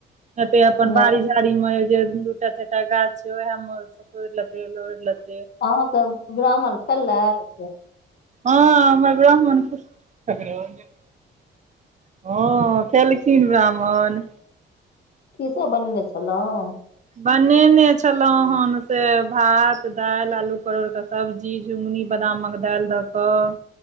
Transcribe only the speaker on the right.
एतै अपन
बारी मे झाड़ी में जे दू टा चारि टा गाछ छै वैह मे तोड़ि लेतै लोढि लेतै।
हँ हमर ब्राह्मण पुर तर <unintelligible> हँ खेलखिन ब्राह्मण।
बनेने छलहुँ हेँ से भात दालि आलू परोरके सब्जी, झिुङ्गुनी बादामक दालि दऽ कऽ